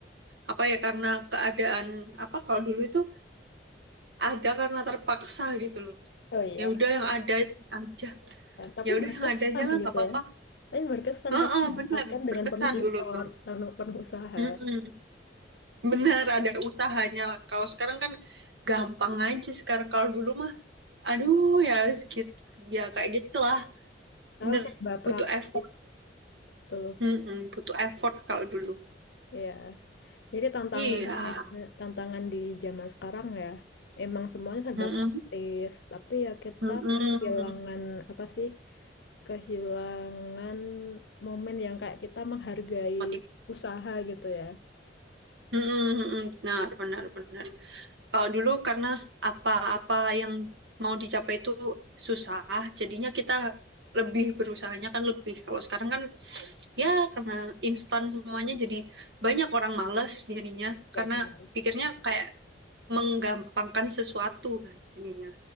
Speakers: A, on the right; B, on the left.
A: Apa ya karena keadaan apa kalau dulu itu ada karena terpaksa gitu loh.
B: Oh iya.
A: Ya udah yang ada aja.
B: Ya, tapi
A: Ya udah
B: berkesan
A: yang ada aja lah nggak
B: gitu
A: apa-apa.
B: ya. Tapi berkesan
A: Heeh,
B: karena didapatkan
A: benar
B: dengan
A: Berkesan
B: penuh effort,
A: dulu tuh.
B: penuh, penuh usaha.
A: Mm-mm. Bener ada usahanya. Kalau sekarang kan gampang aja sekarang kalau dulu mah aduh ya gitu ya kayak gitulah.
B: Sekarang
A: Bener
B: serba
A: butuh
B: praktis
A: effort.
B: tuh.
A: Mm-mm, butuh effort kalau dulu.
B: Ya. Jadi tantangannya
A: Iya.
B: tantangan di zaman sekarang ya, memang semuanya serba
A: Mm-mm.
B: praktis, tapi ya kita
A: Mm-mm.
B: kehilangan apa sih? Kehilangan momen yang kayak kita menghargai
A: Motiv-
B: usaha gitu ya.
A: Mm-mm, mm-mm. Benar, benar, benar. Kalau dulu karena apa-apa yang mau dicapai itu susah, jadinya kita lebih berusahanya kan lebih. Kalau sekarang kan ya karena instan semuanya jadi banyak orang malas jadinya
B: Ya
A: karena
B: benar.
A: pikirnya kayak menggampangkan sesuatu kan jadinya.